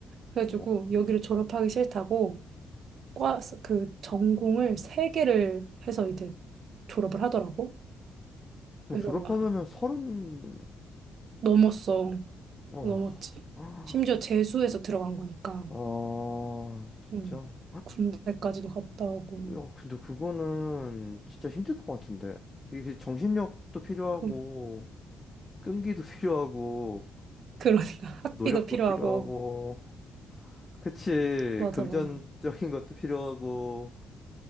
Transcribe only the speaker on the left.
어.
그럼
졸업하면은
서른
어
<gasps>
아,
진짜
야 근데 그거는 진짜 힘들 것 같은데 이게 정신력도 필요하고
끈기도 <laughs> 필요하고
노력도
필요하고, 그치,
금전적인
것도 필요하고,